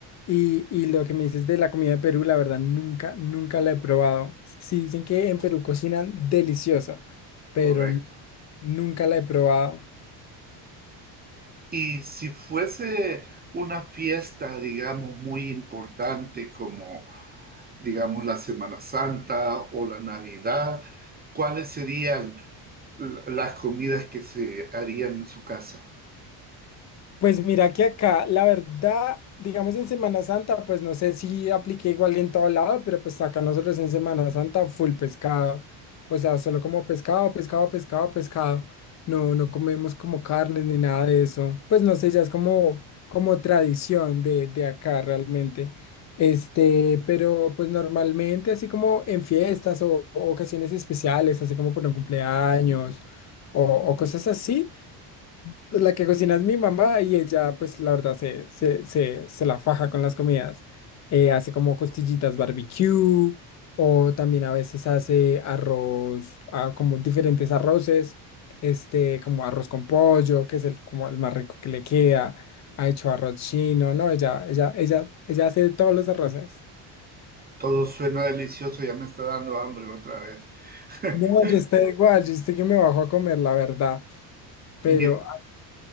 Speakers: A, on the left; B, on the right.
A: Y, y lo que me dices de la comida de Perú, la verdad, nunca, nunca la he probado. Sí, dicen que en Perú cocinan delicioso, pero
B: correcto.
A: n- nunca la he probado.
B: Y si fuese una fiesta, digamos, muy importante como, digamos, la Semana Santa o la Navidad, ¿cuáles serían? l- las comidas que se harían en su casa.
A: Pues mira que acá, la verdad, digamos en Semana Santa, pues no sé si apliqué igual en todo lado, pero pues acá nosotros en Semana Santa full pescado. O sea, solo como pescado, pescado, pescado, pescado. No, no comemos como carnes ni nada de eso. Pues no sé, ya es como, como tradición de, de acá realmente. Este, pero pues normalmente así como en fiestas o, o ocasiones especiales, así como por un cumpleaños o o cosas así. Pues la que cocina es mi mamá y ella, pues la verdad, se, se, se, se la faja con las comidas. Eh, hace como costillitas barbecue o también a veces hace arroz, ah, como diferentes arroces, este, como arroz con pollo, que es el, como el más rico que le queda. Ha hecho arroz chino, ¿no? Ella, ella, ella, ella hace todos los arroces.
B: Todo suena delicioso, ya me está dando hambre otra vez. <laughs>
A: No, yo estoy igual, yo estoy que me bajo a comer, la verdad. Pero,
B: Mi,